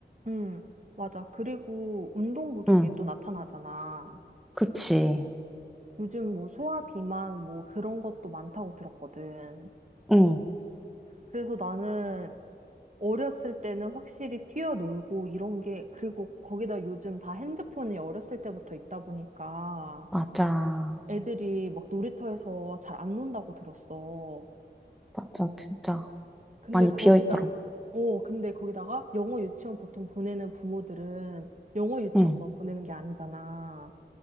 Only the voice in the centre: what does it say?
응,
그치.
응,
맞아.
맞아, 진짜
많이
비어 있더라고.
응,